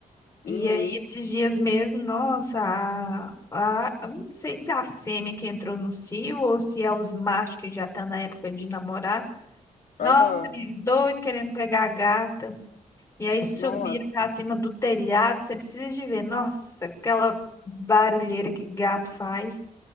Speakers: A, on the left (about 20°); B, on the left (about 80°).
A: E
B: Uhum.
A: aí, esses dias mesmo, nossa, a, a- eu não sei se é a fêmea que entrou no cio ou se é os machos que já tá na época de namorar. Nossa,
B: Aham.
A: menino, doido querendo pegar a gata. E aí subir
B: Nossa.
A: pra cima do telhado, você precisa de ver. Nossa, aquela barulheira que gato faz.